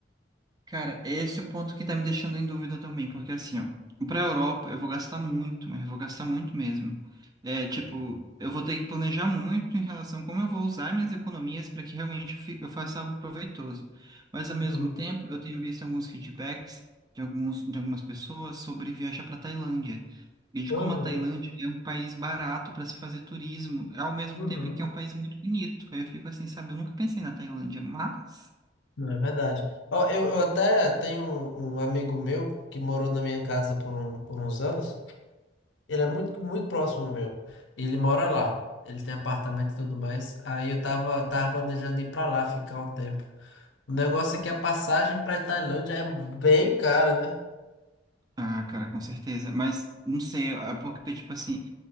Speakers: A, on the right; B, on the left.
A: Cara, esse é o ponto que tá me deixando em dúvida também, porque assim, ó, pra Europa eu vou gastar muito, mas eu vou gastar muito mesmo. É, tipo, eu vou ter que planejar muito em relação a como eu vou usar minhas economias para que realmente eu fi- eu faça algo proveitoso. Mas
B: Uhum,
A: ao mesmo tempo, eu tenho visto alguns feedbacks de alguns, de algumas pessoas sobre viajar para Tailândia. E de
B: uhum,
A: como a Tailândia é um país barato para se fazer turismo, ao mesmo
B: uhum.
A: tempo em que é um país muito bonito. Aí eu fico assim, sabe? Eu nunca pensei na Tailândia, mas.
B: Não, é verdade. Ó, eu, eu até tenho um, um amigo meu que morou na minha casa por, um- por uns anos. Ele é muito, muito próximo meu. Ele mora lá. Ele tem apartamento e tudo mais. Aí eu tava, tava planejando ir pra lá ficar um tempo. O negócio é que a passagem pra Tailândia é bem cara, né?
A: Ah, cara, com certeza. Mas não sei, ah, porque, tipo assim,